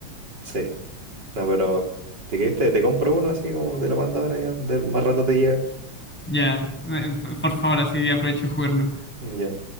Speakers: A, on the right (about 55°); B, in the centre.
A: Sí, no, pero... ¿De qué te, te compro uno así como te lo mando ahora ya? de- más rato te llega.
B: Ya, eh, por favor, así aprovecho de jugarlo.
A: Ya.